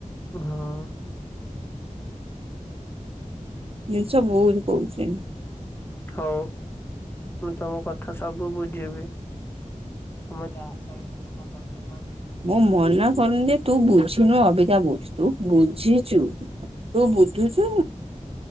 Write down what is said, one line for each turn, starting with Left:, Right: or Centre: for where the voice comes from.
Left: ହୁଁ।
Right: ଜିନିଷ ବୁଝ କହୁଛି।
Left: ହଉ ମୁଁ ତମ କଥା ସବୁ ବୁଝିବି ତମେ ଯାହା କହିବ ତମ କଥା ମାନିବି।
Right: ମଁ ମନା କରନି ଯେ ତୁ ବୁଝୁନୁ ଅବିକା ବୁଝ ତୁ ବୁଝି ତୁ ବୁଧୁଛୁ।